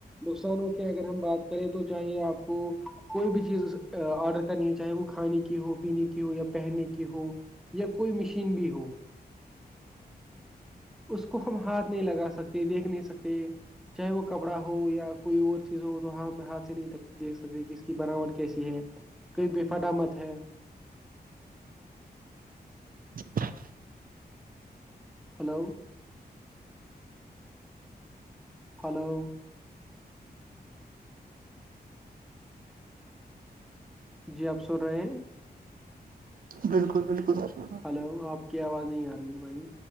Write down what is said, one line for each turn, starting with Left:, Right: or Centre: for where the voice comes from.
Centre: نقصانوں کی اگر ہم بات کریں تو چاہے آپ کو کوئی بھی چیز آڈر نہیں چاہے وہ کھانے کی ہو پینے کی ہو یا پہنے کی ہو یا کوئی مشین بھی ہو اس کو ہم ہاتھ نہیں لگا سکتے دیکھ نہیں سکتے چاہے وہ کپڑا ہو یا کوئی اور چیز ہو تو ہم ہاتھ سے نہیں دیکھ سکتے کہ اس کی بناوٹ کیسی ہے کہیں پہ فٹامت ہے
Right: <inaudible>
Centre: ہلو ہیلو جی آپ سن رہے ہیں
Right: بالکل بالکل ہاں
Centre: ہیلو آپ کی آواز نہیں آ رہی بھائی